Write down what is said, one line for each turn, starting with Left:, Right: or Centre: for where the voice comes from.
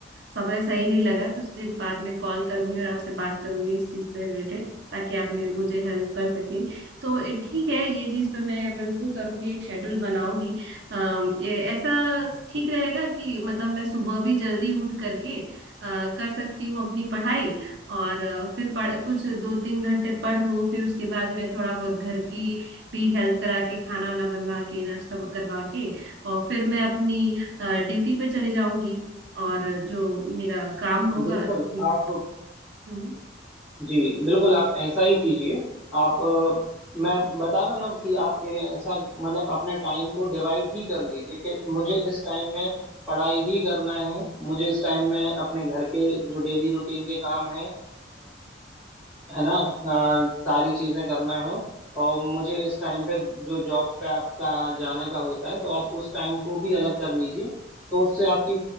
Right: समय सही नहीं लगा तो तुझे बाद में कॉल करूंगी और आपसे बात करूंगी इस चीज से रिलेटेड ताकि आप मे- मुझे हेल्प कर सकें तो ये ठीक है ये चीज पे मैं बिल्कुल करूंगी एक शेड्यूल बनाऊंगी अम, ये ऐसा
Centre: जी
Right: ठीक रहेगा कि मतलब मैं सुबह भी जल्दी उठ करके अ, कर सकती हूँ अपनी पढ़ाई और अ, फिर पढ़ कुछ दो तीन घंटे पढ़ लूँ फिर उसके बाद मैं थोड़ा बहुत घर की भी हेल्प करा के खाना वाना बनवा के नाश्ता करवा के और फिर मैं अपनी ड्यूटी पे चले जाऊंगी और जो मेरा काम होगा
Centre: बिल्कुल
Right: हम्म,
Centre: आप
Right: हम्म,
Centre: जी बिल्कुल आप ऐसा ही कीजिए आप अ, मैं बता रहा ना कि आप ए- ऐसा मतलब अपने टाइम को डिवाइड ही कर लीजिए कि मुझे इस टाइम में पढ़ाई ही करना है मुझे इस टाइम में अपने घर के जो डेली रूटीन के काम है है ना आ, सारी चीजें करना है और मुझे इस टाइम पे जो जॉब पे आपका जाने का होता है तो आप उस टाइम को भी अलग कर लीजिए तो उससे आपकी